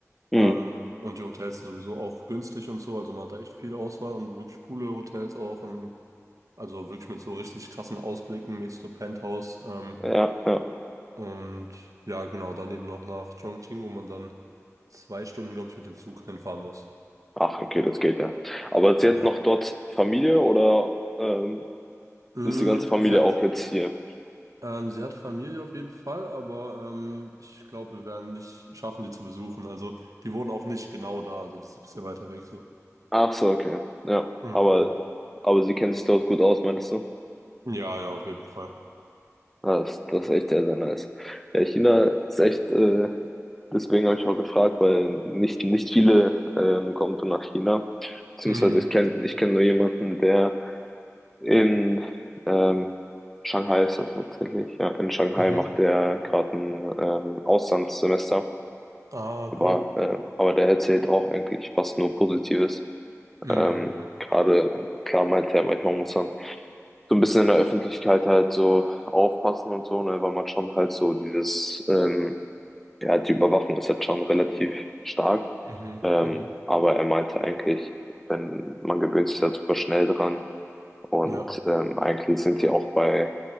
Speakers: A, in the centre; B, on the right.
A: Hm.
B: Ähm, und die Hotels sind sowieso auch günstig und so. Also man hat da echt viel Auswahl und wirklich coole Hotels auch. Und also wirklich mit so richtig krassen Ausblicken, mäßig so Penthouse. Ähm,
A: Ja, ja.
B: und ja, genau, dann eben noch nach Chongqing, wo man dann zwei Stunden, glaube ich, mit dem Zug hinfahren muss.
A: Ach, okay, das geht ja. Aber sie
B: Ja.
A: hat noch dort Familie oder ähm,
B: Mm,
A: ist die ganze Familie
B: sie hat,
A: auch jetzt hier?
B: ähm, sie hat Familie auf jeden Fall, aber ähm, ich glaube, wir werden nicht schaffen, die zu besuchen. Also die wohnen auch nicht genau da. Also das ist ein bisschen weiter weg so.
A: Ach so, okay. Ja.
B: Mm.
A: Aber, aber sie kennt sich dort gut aus, meintest du?
B: Ja, ja, auf jeden Fall.
A: Ah, Das, das ist echt sehr, sehr nice. Ja, China ist echt, äh, deswegen habe ich auch gefragt, weil nicht, nicht viele ähm, kommen so nach China. Beziehungsweise
B: Mm.
A: ich kenne ich kenn nur jemanden, der in ähm, Shanghai ist das tatsächlich. Ja, in Shanghai
B: Mhm.
A: macht der gerade ein ähm, Auslandssemester.
B: Ah,
A: Aber,
B: cool.
A: äh, aber der erzählt auch eigentlich fast nur Positives.
B: Mhm.
A: Ähm, gerade, klar meint er, manchmal muss man so ein bisschen in der Öffentlichkeit halt so aufpassen und so, ne, weil man schon halt so dieses, ähm, ja, die Überwachung ist jetzt schon relativ stark.
B: Mhm.
A: Ähm,
B: Mhm.
A: aber er meinte eigentlich, wenn man gewöhnt sich da super schnell dran und
B: Ja.
A: ähm, eigentlich sind die auch bei,